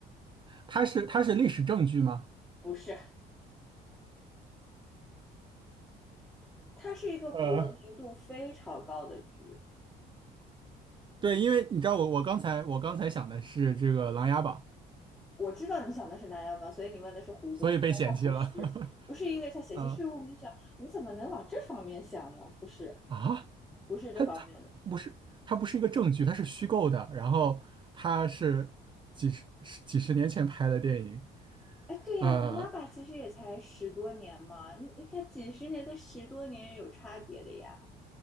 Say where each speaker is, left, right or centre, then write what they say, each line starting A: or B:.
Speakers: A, on the right; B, in the centre.
A: 他是他是历史证据吗？
B: 不是，它是一个国民度非常高的剧。
A: 呃，对，因为你知道我我刚才我刚才想的是这个《琅琊榜》，
B: 我知道你想的是《琅琊榜》，所以你问的是胡歌嘛？
A: 所以被嫌弃了。
B: 但他不是，
A: <laughs>
B: 不是因为他写些税务，
A: 啊
B: 我就想你怎么能往这方面想呢？不是，
A: 啊，
B: 不是这方面的。
A: 他他不是他不是一个证据，它是虚构的，然后它是几十十几十年前拍的电影，
B: 哎，对呀，
A: 呃
B: 琅琊榜其实也才十多年嘛，你你看几十年跟十多年有差别的呀，